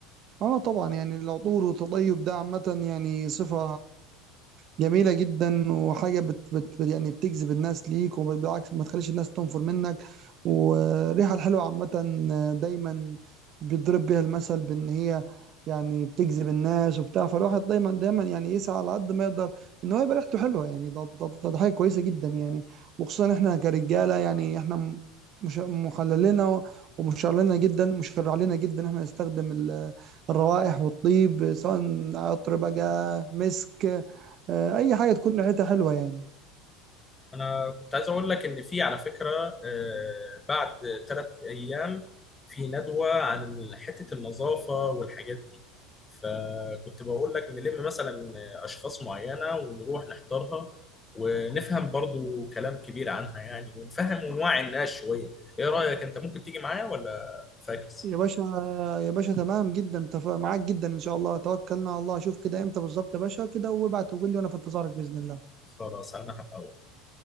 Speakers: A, on the right; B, on the left.
A: اه طبعا يعني العطور والتطيب ده عامة يعني صفة جميلة جدا وحاجة بت بت بت- يعني بتجذب الناس ليك وبالعكس ما تخليش الناس تنفر منك والريحة الحلوة عامة دايما بيتضرب بيها المثل بان هي يعني بتجذب الناس وبتاع فالواحد دايما دايما يعني يسعى على قد ما يقدر ان هو يبقى ريحته حلوة يعني ده ده ده ده حاجة كويسة جدا يعني وخصوصا احنا كرجالة يعني احنا م- مش محللنا ومشرع لنا جدا مشرع لنا جدا احنا نستخدم ال الروائح والطيب سواء عطر بقى مسك آه، اي حاجه تكون ريحتها حلوه يعني
B: انا كنت عايز اقول لك ان في على فكره آه، بعد ثلاث ايام في ندوه عن حته النظافه والحاجات دي فكنت بقول لك نلم مثلا اشخاص معينه ونروح نحضرها ونفهم برضو كلام كبير عنها يعني ونفهم ونوعي الناس شويه ايه رايك انت ممكن تيجي معايا ولا فاكس
A: يا باشا يا باشا تمام جدا تف... معاك جدا ان شاء الله توكلنا على الله شوف كده امتى بالظبط يا باشا كده وابعت وقول لي وانا في انتظارك باذن الله
B: خلاص انا هبقى أقول.